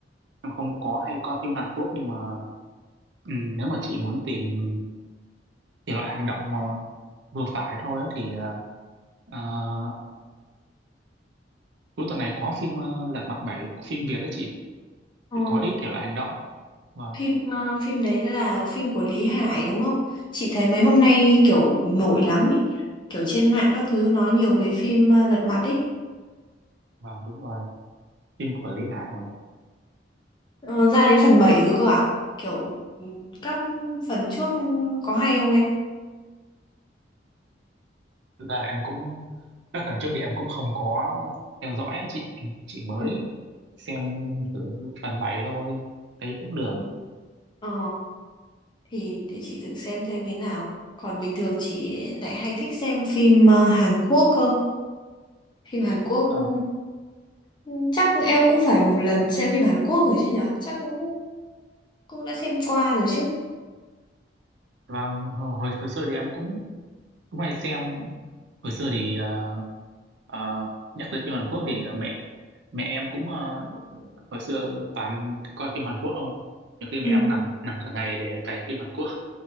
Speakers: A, on the right; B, on the left.
A: em không có hay coi phim Hàn Quốc nhưng mà ừm, nếu mà chị muốn tìm thể loại hành động mà vừa phải thôi á, thì ờ, ờ, cuối tuần này có phim ờ, Lật Mặt Bảy phim Việt đấy chị,
B: Ờ,
A: thì có ít thể loại hành động. Vâng,
B: phim ờ, phim đấy là phim của Lý Hải đúng không? Chị thấy mấy hôm nay kiểu nổi lắm ấy, kiểu trên mạng các thứ nói nhiều về phim ờ, Lật Mặt ấy.
A: vâng đúng rồi, phim của Lý Hải mà.
B: Ờ, ra đến phần 7 rồi cơ à? Kiểu ừ, các phần trước có hay không em?
A: Thực ra là em cũng các phần trước thì em cũng không có theo dõi ấy chị em chỉ mới
B: Ừ.
A: xem thử phần 7 thôi thấy cũng được
B: ừ. Ờ, thì thì chị thử xem xem thế nào. Còn bình thường chị lại hay thích xem phim ờ, Hàn Quốc cơ. Phim Hàn Quốc
A: và
B: ừ, ừ, chắc em cũng phải một lần xem phim Hàn Quốc rồi chứ nhở? Chắc cũng cũng đã xem qua rồi chứ.
A: và hồi hồi hồi xưa thì em cũng cũng hay xem hồi xưa thì ờ, ờ, nhắc tới phim Hàn Quốc thì ờ, mẹ mẹ em cũng ờ, hồi xưa toàn coi phim Hàn Quốc không nhiều khi
B: Ừ.
A: mẹ em nằm nằm cả ngày để cày phim Hàn Quốc